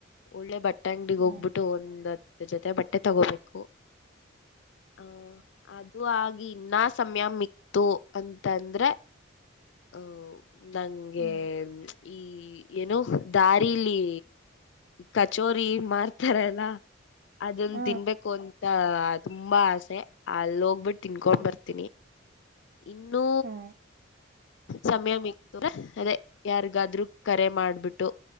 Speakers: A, on the left (about 65°); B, on the right (about 45°).
A: ಒಳ್ಳೆ ಬಟ್ ಟ್ಯಾಂಗಕ್ ಡಿಗೆ
B: ಹ
A: ಹೋಗ್ಬಿಟ್ಟು ಒಂದ್ತ್ ಅ್ರ ಜೊತೆ ಬಟ್ಟೆ ತಗೋಬೇಕು. ಹ ಅದು ಆಗಿ. ಇನ್ನ ಸಮಯ ಮಿಕ್ತು ಅಂತಂದ್ರೆ ಅಹ್ ನಂಗೆ.
B: ಹ್ಮ್
A: ಈ ಏನೋ ದಾರಿಲ್ಲಿ ಕಚ್ಚ್ ಮಾಡ್ತಾರಲ್ಲ ಅದನ್
B: ಹ
A: ತಿನ್ಬೇಕು ಅಂತ. ತುಂಬಾ ಆಸೆ ಅಲ್ಲಿ ಹೋಗ್ಬಿಟ್ಟು ತಿನ್ಕೊಂಡ್
B: ಹ್ಮ್
A: ಬರ್ತೀನಿ. ಇನ್ನುೂ.
B: ಹಾ
A: ಸಮಯ ಮಿಕ್ತ ಅದೇ ಯಾರಿಗಾದ್ೂ ಕರೆ ಮಾಡ್ಬಿಟ್ಟು